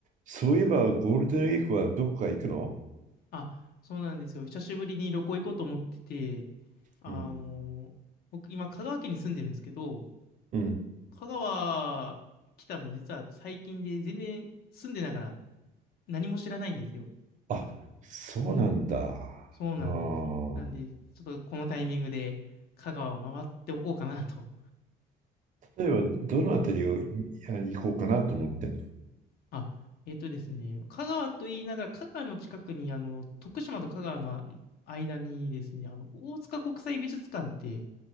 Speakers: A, on the right; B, on the left.
A: そういえばゴールデンウィークはどこか行くの
B: あ、そうなんですよ。久しぶりに旅行行こうと思ってて、あの、
A: うん。
B: 僕今香川県に住んでるんですけど、
A: うん。
B: 香川来たの実は最近で全然住んでながら何も知らないんですよ。
A: あ、そうなんだ。
B: そうなんです。
A: あー
B: なんで、ちょっとこのタイミングで香川を回っておこうかなと。
A: 例えば、どのあたりをあ行こうかなと思ってんの
B: あ、えっとですね、香川と言いながら香川の近くにあの、徳島と香川の間にですね、あの、大塚国際美術館って